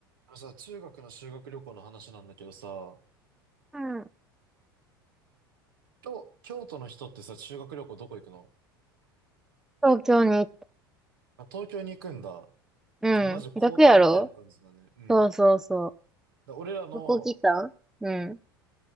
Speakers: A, on the right; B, in the centre.
A: あのさ、中学の修学旅行の話なんだけどさ、
B: うん。
A: 京、京都の人ってさ、修学旅行どこ行くの
B: 東京に行っ
A: あ、東京に行くんだ。
B: た。うん。
A: じゃあマジ交代みたいな感じだね。
B: 楽やろ
A: うん。
B: そうそうそう。
A: だ俺らの
B: どこ来たうん。